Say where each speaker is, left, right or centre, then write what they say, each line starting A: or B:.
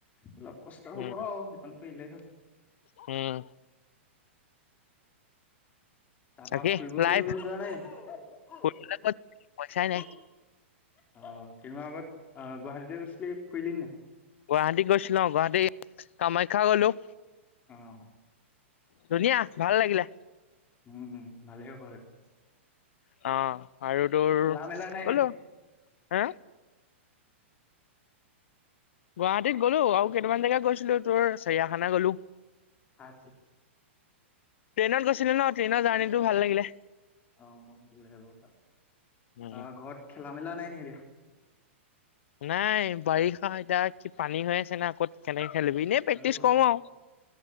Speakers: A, on the left; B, on the left.
A: অলপ কষ্ট
B: উম
A: হ'ব আৰু সেইকণ লে হল
B: উম
A: তাৰপা
B: বাকী
A: ফুৰিব চুঙৰিব
B: লাইফ
A: যোৱা নাই নি অ কেইদিনমান
B: ফুৰিবলৈ ক'ত যাবি, পইচাই নাই
A: আগত অ গুৱাহাটীলে গৈছিলি ফুৰিলি নাই
B: গুৱাহাটী গৈছিলো গুৱাহাটী কামাখ্যা গলো
A: অহ
B: ধুনীয়া ভাল লাগিলে
A: উমম ভালে হ
B: অ আৰু তোৰ
A: খেলা মেলা নাই নেকি
B: গলো আ গুৱাহাটীত গলো আৰু কেইটামান জেগা গৈছিলো তোৰ চৰিয়াখানা গ'লো
A: আছ
B: ট্ৰেইনত গৈছিলো ন ট্ৰেইনৰ জাৰ্ণিটো ভাল লাগিলে
A: অ ভালে হল
B: উম
A: অহ ঘৰত খেলা মেলা নাই নি এতিয়া
B: নাই বাৰিষা এতিয়া কি পানী হৈ আছে না কত কেনেকে এনেই প্ৰেক্টিচ
A: বাৰু অ
B: কৰো আও